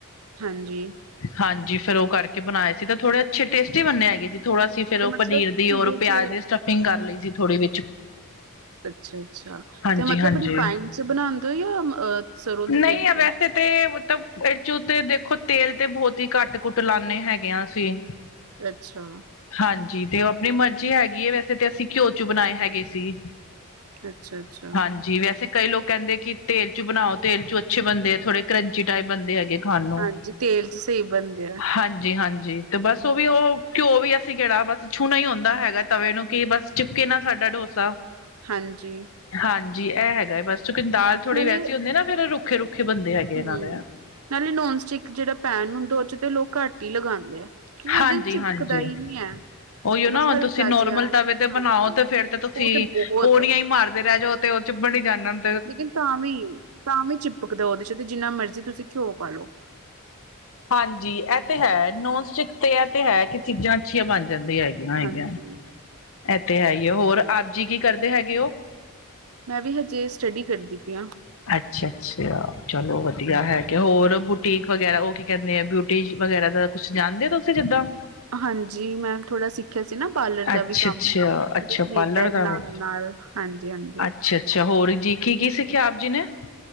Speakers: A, on the right; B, on the left.
A: ਹਾਂਜੀ
B: ਹਾਂਜੀ ਫਿਰ ਉਹ ਕਰਕੇ ਬਣਾਏ ਸੀ ਤਾਂ ਥੋੜੇ ਅੱਛੇ ਟੇਸਟੀ ਬੰਨਿਆ ਹੈਗੇ ਸੀ ਥੋੜ੍ਹਾ ਅਸੀਂ ਫੇਰ
A: ਤੇ
B: ਉਹ
A: ਮਤਲਬ
B: ਪਨੀਰ ਦੀ
A: ਕਿਦੇ
B: ਔਰ ਪਿਆਜ
A: ਚ
B: ਦੀ ਸਟਫਿੰਗ ਕਰ ਲਈ ਸੀ ਥੋੜ੍ਹੀ ਵੀ
A: ਅੱਛਾ -ਅੱਛਾ
B: ਹਾਂਜੀ-ਹਾਂਜੀ।
A: ਤੇ ਮੱਤਲਬ ਰਿਫਾਈਂਡ 'ਚ ਬਣਾਉਦੇ ਹੋ ਜਾਂ ਅਹ ਸਰੋਂ ਦੇ
B: ਨਹੀਂ
A: ਤੇਲ
B: ਆ
A: ਤੋਂ
B: ਵੈਸੇ ਤੇ ਮੱਤਲਬ ਇਰ 'ਚੋ ਤੇ ਦੇਖੋ ਤੇਲ ਤੇ ਬਹੁਤ ਹੀ ਘੱਟ ਘੁੱਟ ਲਾਂਣੈ ਹੈਗੇ ਹਾਂ ਅਸੀਂ
A: ਅੱਛਾ
B: ਹਾਂਜੀ ਤੇ ਉਹ ਆਪਣੀ ਮਰਜ਼ੀ ਹੈਗੀ ਹੈ ਵੈਸੇ ਤਾਂ ਅਸੀਂ ਘਿਓ 'ਚੋ ਬਣਾਏ ਹੈਗੇ ਸੀ।
A: ਅੱਛਾ, ਅੱਛਾ
B: ਹਾਂਜੀ ਵੈਸੇ ਕਈ ਲੋਕ ਕਹਿੰਦੇ ਕਿ ਤੇਲ ਚੱ ਬਣਾਓ ਤੇਲ ਚੱ ਅੱਛੇ ਬਣਦੇ ਆ ਥੋੜੇ ਕਰੰਚੀ ਟਾਈਪ ਬਣਦੇ ਹੈਗੇ ਸਾਨੂੰ
A: ਹਾਂਜੀ ਤੇਲ ਚ ਸਹੀ ਬਣਦੇ ਆ।
B: ਹਾਂਜੀ ਹਾਂਜੀ ਤੇ ਬੱਸ ਉਹ ਵੀ ਉਹ ਘਿਓ ਵੀ ਅਸੀਂ ਕਿਹੜਾ ਬੱਸ ਛੂਣਾ ਹੀ ਹੁੰਂਦਾ ਹੈਗਾ ਤਵੇ ਨੂੰ ਕਿ ਬੱਸ ਚਿਪਕੇ ਨਾ ਸਾਡਾ ਡੋਸਾ
A: ਹਾਂਜੀ
B: ਹਾਂਜੀ ਇਹ ਹੈਗਾ ਏ ਬਸ ਕੀ ਦਾਲ ਥੋੜ੍ਹੀ
A: ਨਾਲੇ
B: ਵੈਸੀ ਹੁੰਦੀ ਨਾ ਫਿਰ ਰੁੱਖੇ- ਰੁੱਖੇ ਬਣਦੇ ਹੈਗੇ
A: ਹੂੰ
B: ਇਹਨਾਂ ਦੇ
A: ਨਾਲੇ ਨੋਨ ਸਟਿਕ ਜਿਹੜਾ ਪੈਨ ਹੁੰਦਾ ਤੇ ਲੋਕ ਘੱਟ ਹੀ ਲਗਾਂਦੇ ਆ। ਕਿਉਂਕਿ ਉਹਦੇ
B: ਹਾਂਜੀ-
A: ਚ ਚਿਪਕਦਾ
B: ਹਾਂਜੀ
A: ਹੀ ਨੀ ਹੈ
B: ਉਹੀ
A: ਉਹ ਬਸ
B: ਨਾ
A: ਹਲਕਾ
B: ਤੁਸੀਂ ਨੋਰਮਲ
A: ਜਿਹਾ ਹਾਂਜੀ।
B: ਤਵੇ ਤੇ ਬਣਾਓ ਤੇ ਫਿਰ ਤੇ ਤੁਸੀਂ
A: ਉਹ ਬਹੁਤ
B: ਪੋਨੀਆਂ ਹੀ ਮਾਰਦੇ ਰਹਿ ਜਾਓ। ਤੇ ਉਹ ਚੁਬਣ ਈ ਜਾਨਣ
A: ਲੇਕਿਨ ਤਾਂ ਵੀ ਤਾਂ ਵੀ ਚਿਪਕਦਾ ਉਹਦੇ 'ਚ ਤੇ ਜਿੰਨਾ ਮਰਜ਼ੀ ਤੁਸੀਂ ਘਿਓ ਪਾ ਲਓ।
B: ਹਾਂਜੀ ਇਹ ਤੇ ਹੈ ਨੋਨਸਟਿਕ ਤੇ ਇਹ ਤੇ ਹੈ ਕਿ ਚੀਜ਼ਾਂ ਅੱਛੀਆਂ ਬਣ ਜਾਂਦੀਆਂ ਹੈਗੀਆਂ- ਹੈਗੀਆਂ।
A: ਹਾਂਜੀ।
B: ਇੱਥੇ ਹੈ ਹੀ ਆ ਹੋਰ ਆਪ ਜੀ ਕੀ ਕਰਦੇ ਹੈਗੇ ਉਹ
A: ਮੈਂ ਵੀ ਹਜੇ ਸਟੱਡੀ ਕਰਦੀ ਪਈ ਆਂ।
B: ਅੱਛਾ -ਅੱਛਾ ਚਲੋ ਵਧੀਆ ਹੈ। ਕਿ ਹੋਰ ਬੁਟੀਕ ਵਗੈਰਾ ਉਹ ਕੀ ਕਹਿੰਦੇ ਆ ਬਿਊਟੀਸ਼ ਵਗੈਰਾ ਦਾ ਕੁਛ ਜਾਣਦੇ ਹੋ ਤੁਸੀਂ ਜਿੱਦਾਂ
A: ਹਾਂਜੀ ਮੈਂ ਥੋੜ੍ਹਾ ਸਿੱਖਿਆ ਸੀ ਨਾ ਪਾਰਲਰ
B: ਅੱਛਾ
A: ਦਾ ਵੀ ਕੰਮ
B: ਅੱਛਾ ਅੱਛਾ
A: <unintelligible>
B: ਪਾਰਲਰ ਦਾ
A: ਨਾਲ-
B: ਵੀ
A: ਨਾਲ ਹਾਂਜੀ -ਹਾਂਜੀ
B: ਅੱਛਾ ਅੱਛਾ ਹੋਰ ਜੀ ਕੀ- ਕੀ ਸਿੱਖਿਆ ਆਪ ਜੀ ਨੇ।